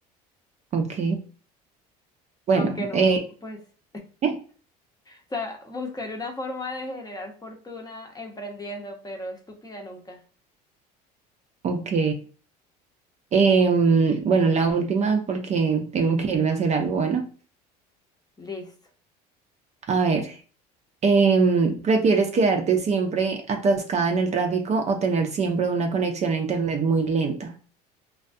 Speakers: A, on the right (about 35°); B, on the left (about 20°).
A: Ok, bueno,
B: aunque no,
A: eh,
B: me- pues,
A: ¿eh?
B: o sea, buscaré una forma de generar fortuna emprendiendo, pero estúpida nunca.
A: ok. Em, bueno, la última porque tengo que irme a hacer algo, bueno.
B: Listo,
A: A ver. Em, ¿prefieres quedarte siempre atascada en el tráfico o tener siempre una conexión a internet muy lenta?